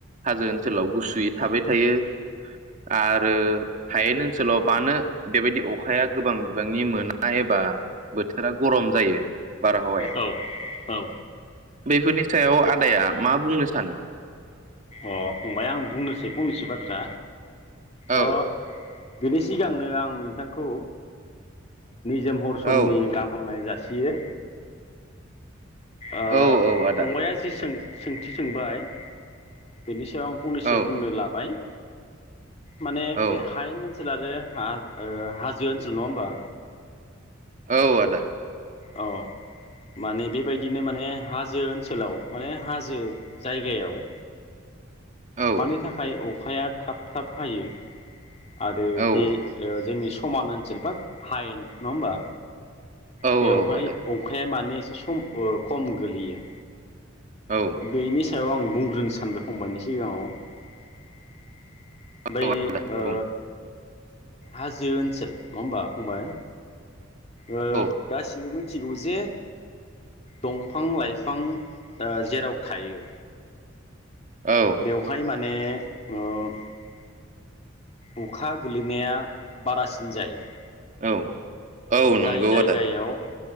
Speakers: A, on the right; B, on the left.
A: हाजो ओनसोलाव गुसुयै थाबाय थायो आरो हायेन ओनसोलाव मानो बेबायदि अखाया गोबां बिबांनि मोना एबा बोथोरा गरम जायो बारहावाया
B: औ औ
A: बेफोरनि सायाव आदाया मा बुंनो सानो
B: अ फंबाय आं बुंनोसै फंनैसो बाथ्रा
A: औ
B: अ बेनि सिगांनो आं नोंथांखौ जों हर समनि
A: औ
B: गाहाम हामलायनाय जासिगो यो ओ
A: औ औ आदा
B: फंबाया जि सों सोंथि सोंबाय बेनि सो ङाव आं फंनैसो
A: औ
B: बुंनो लाबाय माने
A: औ
B: बे हायेन ओनसोल आरो हा हाजो ओनसोल नङा होमबा
A: औ आदा
B: औ माने बेबायदिनो माने हा हाजो ओनसोलाव माने हाजो जायगायाव
A: औ
B: मानि थाखाय अखाया थाब थाब हायो आरो
A: औ
B: बे ओ जोंनि - समान ओनसोल बा हायेन नङा होमबा
A: औ
B: बेवहाय
A: आदा
B: अखाया माने सम ओ खम गोलैयो
A: औ
B: बेनिस सायाव आं बुंग्रोनो सानदो फंबायनि सिगाङाव बै
A: औ आदा
B: ओ
A: बुं
B: हाजो ओनसोल नङा होमबा फंबाय? ओ
A: औ
B: गासिबो मिथिगौ जे दंफां लाइफां ओ जेराव थायो
A: औ
B: बेवहाय माने <unintelligible> अखा गोलैनाया बारासिन जायो।
A: औ औ नंगौ
B: जाय जायगायाव
A: आदा